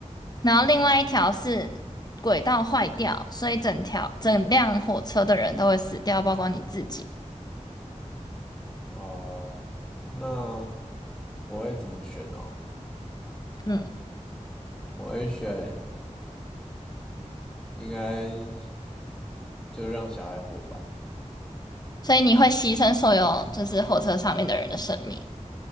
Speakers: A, on the left; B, in the centre.
A: 然后另外一条是轨道坏掉，所以整条整辆火车的人都会死掉，包括你自己，
B: 哦、那我会怎么选呢？
A: 嗯，
B: 我会选，应该就让小孩活吧。
A: 所以你会牺牲所有就是火车上面的人的生命，